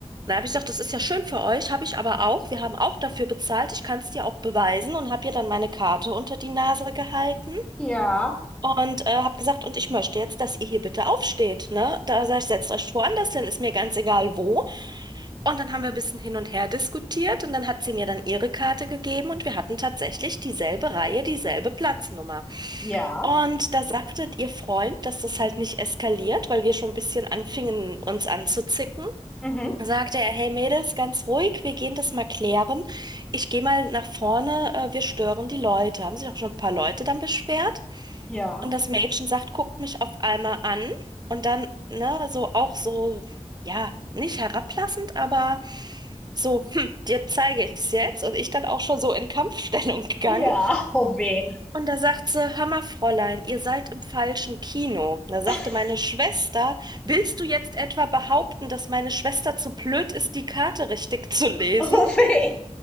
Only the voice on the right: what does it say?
Da habe ich gesagt, das ist ja schön für euch, habe ich aber auch. Wir haben auch dafür bezahlt. Ich kann es dir auch beweisen und habe ihr dann meine Karte unter die Nase gehalten.
Und äh, habe gesagt, und ich möchte jetzt, dass ihr hier bitte aufsteht, ne? Da sag ich, setzt euch woanders hin, ist mir ganz egal wo. Und dann haben wir ein bisschen hin und her diskutiert und dann hat sie mir dann ihre Karte gegeben und wir hatten tatsächlich dieselbe Reihe, dieselbe Platznummer.
Und da sagte ihr Freund, dass das halt nicht eskaliert, weil wir schon ein bisschen anfingen, uns anzuzicken
sagte er, hey Mädels, ganz ruhig, wir gehen das mal klären. Ich gehe mal nach vorne, äh, wir stören die Leute. Haben sich auch schon ein paar Leute dann beschwert.
Und das Mädchen sagt, guckt mich auf einmal an und dann, ne, so auch so, ja, nicht herablassend, aber so, hm, dir zeige ich es jetzt. Und ich dann auch schon so in Kampfstellung gegangen.
Und da sagt sie, Hör mal, Fräulein, ihr seid im falschen Kino. Da sagte
meine Schwester, willst du jetzt etwa behaupten, dass meine Schwester zu blöd ist, die Karte richtig zu lesen?